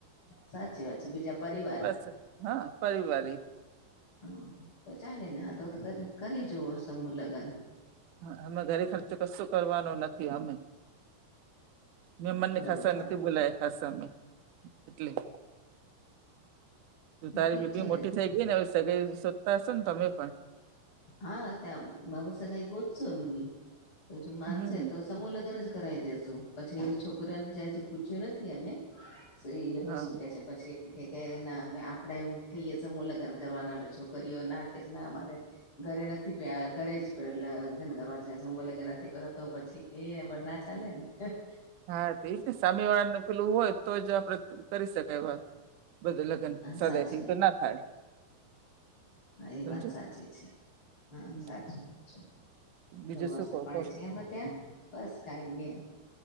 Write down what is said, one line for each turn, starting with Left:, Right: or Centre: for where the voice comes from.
Left: સાચી વાત છે બીજા પરિવાર
Right: સ હા પરીવારી
Left: હમ તો ચાલે ને હા તો તો કરી જવો સમૂહ લગન
Right: હ અમે ઘરે ખર્ચો કશું કરવાનો નથી અમે મેં મનને
Left: બરોબર
Right: ખાસ નથી બોલાય. હસામે એટલે તું તારી
Left: ઠીક
Right: બીબી
Left: છે ને
Right: મોટી
Left: તો
Right: થઈ ગઈ ને હવે સગા શોધતા હશો ને તમે પણ
Left: હા ત બાબ સગાઈ ગોતસુ એમની તો જો માનસે
Right: હમ
Left: તો સમૂહ લગન જ કરાવી દેસુ પછી છોકરાને જ્યાં પૂછ્યું નથી અમે શું એ લોકો
Right: હા
Left: શું કે છે પછી એ કે આપડે એમ કહીએ સમૂહ લગ્ન કરવાના છોકરીઓ ના કે ના અમારે ઘરે નથી પ ઘરે <unintelligible> લન કરવા છે સમ લન નથી કરવા તો પછી એ ના ચાલે ને હ
Right: હા તો એ છે સામે વાળા નું પેલું હોય તો જ આપડે કરી શકાય વાત બધું લગન
Left: હા
Right: સદાયથી
Left: સાચી વાત
Right: તો ના થાય
Left: હા એ
Right: સમજો
Left: વાત સાચી છે હા
Right: હમ.
Left: સાચું સાચું.
Right: બીજું
Left: વરસાદ
Right: શું કહો
Left: પાડે
Right: કહો
Left: છે એમ ત્યાં બસ કઈ નહી